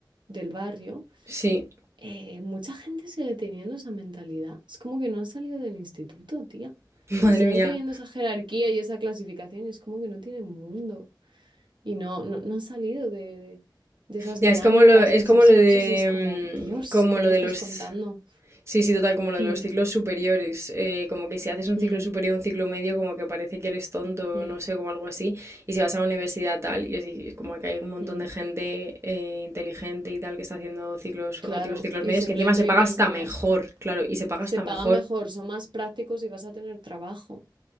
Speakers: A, on the right; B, on the right.
A: Del barrio,
B: Sí,
A: eh, mucha gente sigue teniendo esa mentalidad. Es como que no han salido del instituto, tía.
B: <laughs> madre
A: Y siguen
B: mía.
A: teniendo esa jerarquía y esa clasificación y es como que no tienen mundo. y no, no, no han salido de, de- de esas
B: Ya,
A: dinámicas
B: es como lo, es
A: y de esas
B: como lo
A: cosas
B: de,
A: y es como, Dios,
B: mm, como
A: ¿qué
B: lo
A: me
B: de
A: estás
B: los
A: contando?
B: Sí, sí, total, como lo de
A: Mm,
B: los ciclos superiores, eh, como que si haces un
A: mm,
B: ciclo superior, un ciclo medio, como que parece que eres tonto,
A: mm,
B: no sé, como algo así, y si vas a la universidad tal, y así, es como que hay un montón
A: mm.
B: de gente eh, inteligente y tal que está haciendo ciclos formativos,
A: Claro,
B: ciclos
A: y
B: medios,
A: simplemente
B: que encima se
A: le
B: paga
A: interesa
B: hasta
A: más.
B: mejor, claro, y se paga
A: Se
B: hasta
A: pagan
B: mejor,
A: mejor, son más prácticos y vas a tener trabajo.